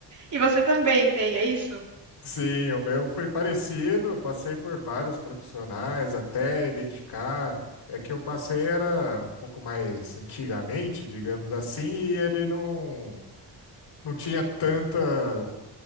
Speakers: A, on the right (about 45°); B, on the left (about 70°).
A: e você também tem, é isso?
B: Sim, o meu foi parecido. Passei por vários profissionais até identificar. É que eu passei era um pouco mais antigamente, digamos assim, e ele não, não tinha tanta